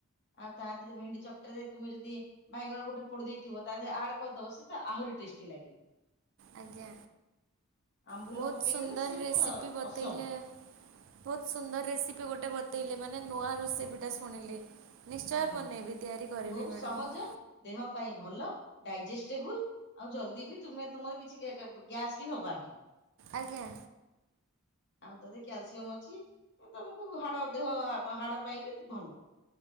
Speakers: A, on the left (about 55°); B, on the right (about 60°).
A: ଆଉ ତା ଦେହରେ ଭେଣ୍ଡି ଚକଟରେ ତୁମେ ଯଦି ବାଇଗଣ ଗୋଟେ ପୋଡି ଦେଇେଇଥିବ ତା ଦେହରେ ଆଡ କରିଦବ ସିଏ ତ ଆହୁରି ଟେଷ୍ଟି ଲାଗିବ।
B: ଆଜ୍ଞା
A: ଆମ୍ବୁଲ
B: ବହୁତ
A: ପକେଇଦେଲେ
B: ସୁନ୍ଦର
A: ସିଏ
B: ରେସିପି
A: ତ
B: ବତେଇଲେ।
A: ଅସମ୍
B: ବହୁତ ସୁନ୍ଦର ରେସିପି ଗୋଟେ ବତେଇଲେ ମାନେ ନୂଆ ରେସିପିଟା ଶୁଣିଲି। ନିଶ୍ଚୟ
A: ହୁଁ।
B: ବନେଇବି ତିଆରି କରିବି
A: ବହୁତ
B: ମ୍ୟାଡ଼ାମ୍।
A: ସହଜ ଦେହ ପାଇଁ ଭଲ ଡାଇଜେଷ୍ଟେବୁଲ। ଆଉ ଜଲଦି ବି ତମେ ତମର କିଛି ଗ୍ୟାସ୍ ବି ହବାନ।
B: ଆଜ୍ଞା।
A: ଆଉ ତଦି କ୍ୟାଲସିୟମ ଅଛି ତମକୁ ହାଡ ଦେହ ହାଡ ପାଇଁ ବି ଭଲ।